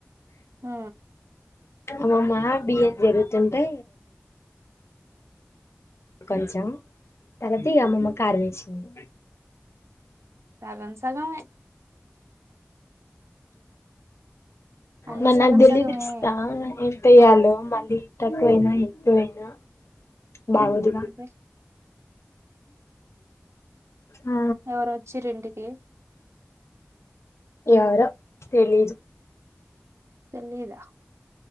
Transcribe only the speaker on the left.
అమ్మమ్మా బియ్యం చెరుగుతుంటె కొంచెం తరత ఈ అమ్మమ్మ కారవిచింది
మరి
నాకు దెలీదు
ఇస్తా ఎంతయ్యాల మళ్ళీ తక్కువ అయినా ఎక్కువయినా బాగోదుగా
ఆ
ఎవరొ తెలీదు